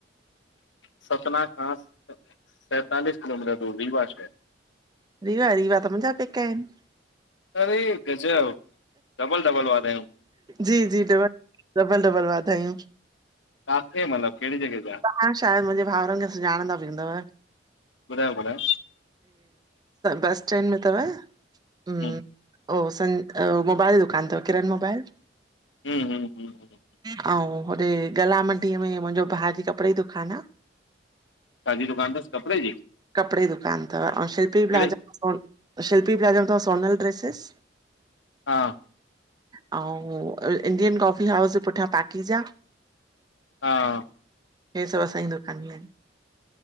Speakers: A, on the left; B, on the right.
A: सतना खां सतालिस किलोमीटर दूर रीवा श
B: रीवा रीवा त मुंहिंझा पेका आहिन
A: अरे गजब डबल डबल वाधायूं
B: जी जी डबल डबल डबल वाधायूं
A: किथे मतलब कहिड़ी जॻह ते
B: तव्हां शायदि मुंहिंजे भाउरनि खे सुञाणंदा भी हुंदव
A: ॿुधायो ॿुधायो,
B: बस स्टैड में अथव हम
A: हूं,
B: ओ सं मोबाइल जी दुकान अथव किरन मोबाइल
A: हम हम हम
B: ऐं होॾे गला मंडीअ में मुंहिंजो भाउ जी कपिड़े जी दुकानु आहे
A: छाजी दुकान तस कपिड़े जी?
B: कपड़े जी दुकान अथव ऐं शिल्पी
A: कहिड़े
B: प्लाजा शिल्पी प्लाज़ा अथव सोनल ड्रेसेस
A: हा
B: ऐं इंडियन कॉफी हाउस जे पुठियां पाकीजा
A: हा
B: हे सब असांजी दुकानु ई आहिन।